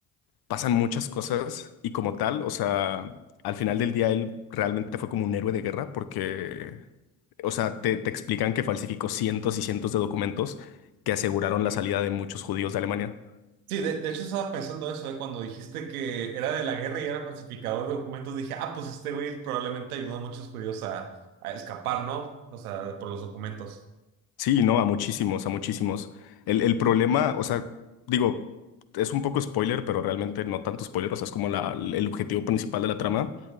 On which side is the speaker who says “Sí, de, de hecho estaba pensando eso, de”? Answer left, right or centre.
Right